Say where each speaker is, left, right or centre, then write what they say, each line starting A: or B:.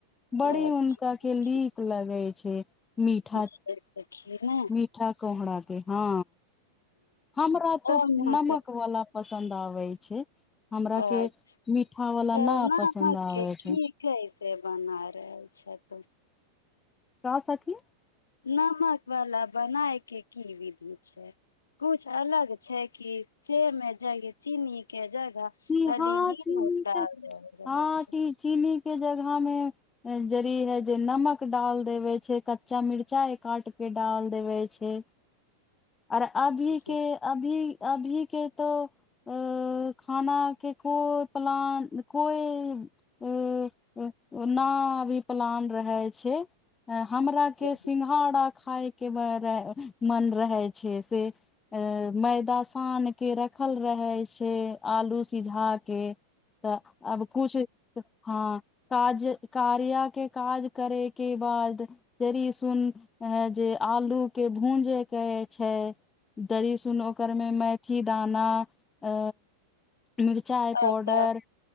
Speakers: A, on the left; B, on the left.
A: बड़ी
B: अच्छा
A: उनका
B: सखी
A: के लीक लगै ठीक मिठा
B: जी सखी ने ह
A: मिठा कोहरा के हँ हमरा
B: हम
A: तऽ नमक वला पसन्द पवई छै। हमरा
B: अचछा,
A: के मीठा वाला
B: त
A: न
B: नह
A: पसन्द आबै
B: के की
A: छै
B: कैसे बना रहल। छ तो।
A: क्य सखी।
B: नमक वाला बनाय के की विधि छै, कुछ अलग छै कि से मे जग चीनी के जग खाली
A: जी हँ
B: नीमू
A: चीनी
B: रहल
A: के हँ
B: छै।
A: चीनी के जगह में जड़ है जे नमक डाल देवे छै, कच्चा मिर्चा एक आठ पेट डाल देबे छै, आ ओर अभी
B: अच्छा
A: के
B: जी
A: अभी अभी के तो अ खानाक के कोइ प्लान, कोइ न अभी प्लान रहै छै। हमरा
B: जी
A: के सिंघाड़ा खााय के बड़ा मन रहे छै से, मैदा शान के रखल रहै छै। आलू सिझा के। तऽ आब कुछु हँ आज कार्या के काज करय के बाद जड़सुन जे आलू के भूजय के छै। दरी सुन ओकर मे मैथि दाना अ मिरचाइ
B: अच्छा
A: पौडर
B: तऽ